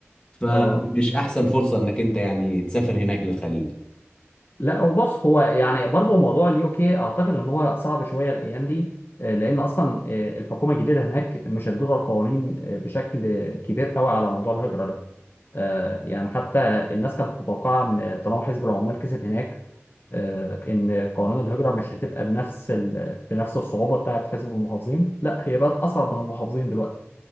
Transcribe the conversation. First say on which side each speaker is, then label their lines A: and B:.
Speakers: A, on the left; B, on the left.
A: فمش
B: اه
A: احسن فرصة انك انت يعني تسافر هناك للخليج
B: لا هو بص هو يعني برضه موضوع اليو كي اعتقد ان هو صعب شويه الايام دي آه، لان اصلا آه، الحكومه الجديده هناك مشدده القوانين آه، بشكل كبير قوي على موضوع الهجره ده آه، يعني حتى الناس كانت متوقعه ان طالما حزب العمال كسب هناك آه، ان قوانين الهجره مش هتبقى بنفس ال... بنفس الصعوبه بتاعت حزب المحافظين لا هي بقت اصعب من المحافظين دلوقتي